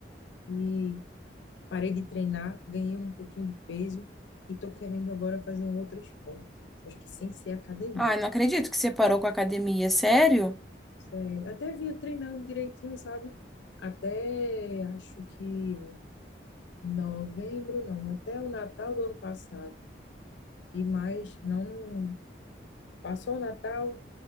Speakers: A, on the left; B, in the centre.
A: e parei de treinar, ganhei um pouquinho de peso e estou querendo agora fazer um outro esporte. Acho que sem ser academia.
B: Ah, não acredito que você parou com a academia, sério?
A: Sério, Até vinha treinando direitinho, sabe? Até acho que Novembro não, até o Natal do ano passado. E mais, não passou o Natal,